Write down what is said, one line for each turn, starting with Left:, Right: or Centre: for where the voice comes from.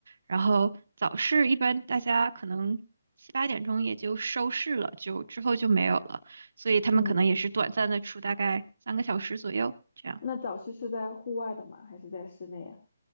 Right: 然后早市一般大家可能七八点钟也就收市了，就之后就没有了，所以他们可能也是短暂的出大概三个小时左右这样。
Left: 嗯，那早市是在户外的吗？还是在室内呀？